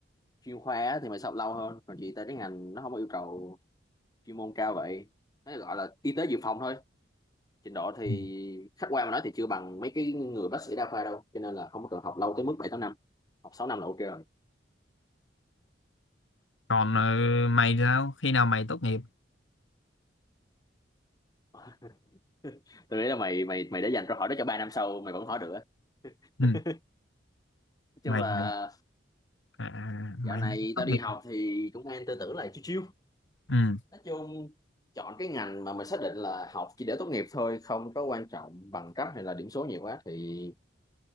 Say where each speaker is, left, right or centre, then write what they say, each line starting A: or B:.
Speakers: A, on the left; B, on the left.
A: chuyên khoa á, thì mày sẽ học lâu hơn còn chị ta cái ngành nó không có yêu cầu chuyên môn cao vậy nó gọi là y tế dự phòng thôi trình độ thì
B: Ừ.
A: khách quan mà nói thì chưa bằng mấy cái người bác sĩ đa khoa đâu cho nên là không có cần học lâu tới mức 7 8 năm học sáu năm là ok rồi
B: Còn ờ, mày thì sao? Khi nào mày tốt nghiệp?
A: <laughs> tôi nghĩ là mày mày mày đã dành câu hỏi đó cho 3 năm sau mày vẫn hỏi được á
B: Ừ.
A: <laughs> nói chung
B: Mày,
A: là
B: mày, à, mày
A: dạo này
B: tốt
A: tao đi
B: nghiệp.
A: học thì cũng đang tư tưởng là chiêu chiêu
B: Ừ.
A: nói chung chọn cái ngành mà mình xác định là học chỉ để tốt nghiệp thôi không có quan trọng bằng cấp hay là điểm số nhiều quá thì